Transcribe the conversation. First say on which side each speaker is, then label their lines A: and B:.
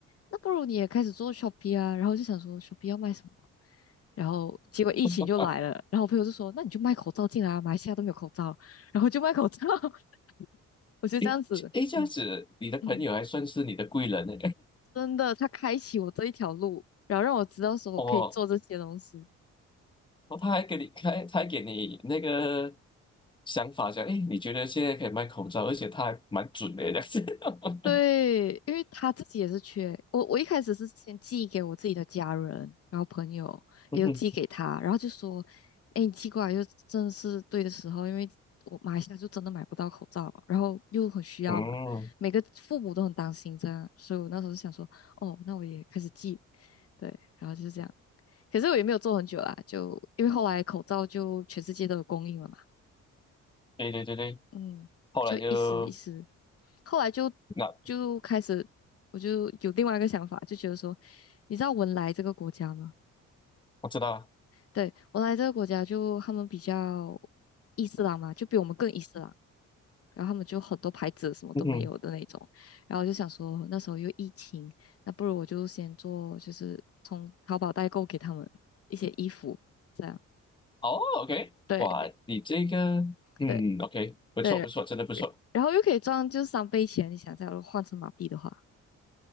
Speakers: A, on the left; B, on the left.
A: 那不如你也开始做 Shopee 啊，然后我就想说 Shopee 要卖什么，然后结果疫情就来了，
B: <laughs>
A: 然后我朋友就说，那你就卖口罩进来啊，马来西亚都没有口罩，然后就卖口罩，<laughs> 我就这样子，
B: 诶诶，这样子，
A: 嗯
B: 你的朋友还算是你的贵人呢，
A: 嗯，真的，他开启我这一条路，然后让我知道说我可以做这些东西，
B: <laughs> 哦。哦，他还给你开，他还给你那个想法，讲，诶，你觉得现在可以卖口罩，而且他还蛮准的这样子。
A: 对，
B: <laughs>
A: 因为他自己也是缺我。我一开始是先寄给我自己的家人，然后朋友也有寄给他，
B: 嗯哼
A: 然后就说：“哎，你寄过来就真的是对的时候，因为我马来西亚就真的买不到口罩，然后又很需要嘛，
B: 嗯，
A: 每个父母都很担心这样，所以我那时候就想说，哦，那我也开始寄，对，然后就是这样。可是我也没有做很久啦，就因为后来口罩就全世界都有供应了嘛。
B: 对对对对，
A: 嗯，
B: 后来就
A: 就一时一时，后来就
B: 那
A: 就开始，我就有另外一个想法，就觉得说，你知道文莱这个国家吗？
B: 我知道了。
A: 对，文莱这个国家就他们比较伊斯兰嘛，就比我们更伊斯兰，然后他们就很多牌子什么都没有的那种，
B: 嗯哼，
A: 然后我就想说那时候又疫情，那不如我就先做，就是从淘宝代购给他们一些衣服，这样，
B: 哦，OK，
A: 对
B: 哇，你这个，嗯，OK，
A: 对
B: 不错不错，
A: 对，
B: 真的不错。
A: 然后又可以赚就是三倍钱，你想一下，如果换成马币的话。